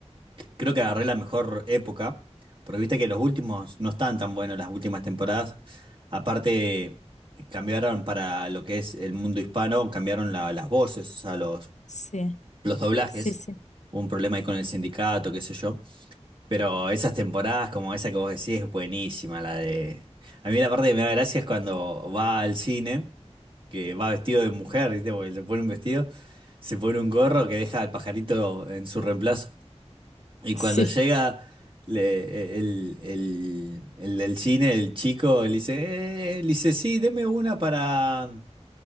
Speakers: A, on the right; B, on the left.
A: Creo que agarré la mejor época, porque viste que los últimos no están tan buenos, las últimas temporadas. Aparte, cambiaron para lo que es el mundo hispano, cambiaron la- las voces, o sea, los,
B: Sí,
A: los doblajes.
B: sí, sí,
A: Hubo un problema ahí con el sindicato, qué sé yo. Pero esas temporadas, como esa que vos decís, es buenísima la de. A mí la parte que me da gracia es cuando va al cine, que va vestido de mujer, ¿viste? Porque se pone un vestido, se pone un gorro que deja al pajarito en su reemplazo. Y cuando
B: sí.
A: llega le- el, el, el del cine, el chico, le dice, eh, le dice, sí, deme una para